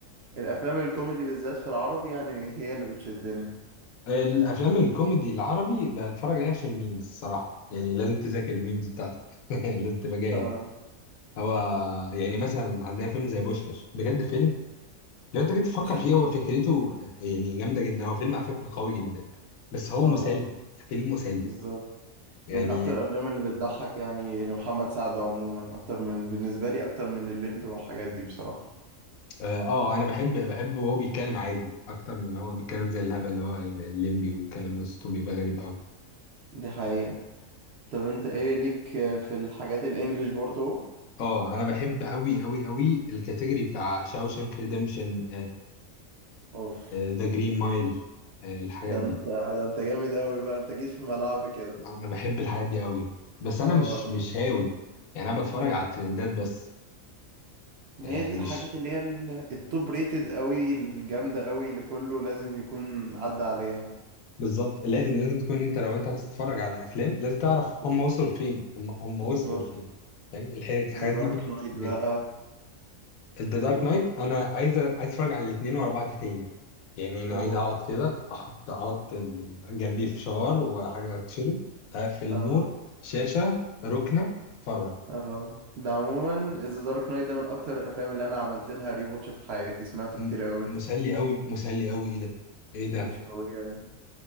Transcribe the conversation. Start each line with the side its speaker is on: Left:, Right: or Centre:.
Right: الافلام الكوميدي بالذات في العربي يعني هي اللي بتشدني
Left: الأفلام الكوميدي العربي بتفرج عليها عشان الميمز الصراحة يعني لازم تذاكر الميمز بتاعتك <laughs> لازم تبقى جاهز
Right: اه
Left: هو يعني مثلا عندنا فيلم زي بوشكاش بجد فيلم لو انت جيت تفكر
Right: اسطوري
Left: فيه هو فكرته آه، يعني جامده جدا هو فيلم على فكره قوي جدا بس هو
Right: اه
Left: مسلي فيلم مسلي
Right: بالظبط
Left: يعني
Right: من اكتر الافلام اللي بتضحك يعني لمحمد سعد عموما اكتر من بالنسبه لي اكتر من الليمبي والحاجات دي بصراحه
Left: اه آه، انا بحب بحب وهو بيتكلم عادي اكتر من ان هو بيتكلم زي الهبل اللي هو الليمبي والكلام ده صوته بيبقى غريب قوي
Right: دي حقيقه طب انت ايه ليك في الحاجات الانجليش برضه
Left: اه انا بحب قوي قوي قوي الكاتيجوري بتاع شاوشانك ريديمشن
Right: اوف
Left: ذا جرين مايل الحاجات
Right: ده
Left: دي
Right: انت ده انت جامد قوي بقى انت جيت في ملعبي كده
Left: انا بحب الحاجات دي قوي بس انا
Right: اه
Left: مش مش هاوي يعني انا بتفرج على الترندات بس
Right: ما
Left: آه،
Right: هي دي
Left: مش
Right: الحاجات اللي هي ال- التوب ريتد قوي الجامدة قوي اللي كله لازم يكون عدى عليها
Left: بالظبط لازم لازم تكون انت لو انت عايز تتفرج على افلام لازم تعرف
Right: بالظبط.
Left: هم وصلوا لفين هم هم
Right: بالظبط
Left: وصلوا لفين فاهم الح- الحاجات
Right: ذا دارك
Left: دي بت
Right: نايت
Left: بت
Right: بقى
Left: ذا
Right: و
Left: دارك نايت انا عايز عايز اتفرج على الاثنين ورا بعض تاني يعني انا
Right: و
Left: عايز اقعد كده احط احط ال- جنبي فشار وحاجه تشرب اقفل
Right: اه
Left: نور شاشه ركنه اتفرج
Right: اه ده عموما ذا دارك نايت ده من اكتر الافلام اللي انا عملت لها ري واتش في حياتي سمعته
Left: م-
Right: كتير قوي
Left: مسلي قوي مسلي قوي ايه ده ايه ده
Right: مش طبيعي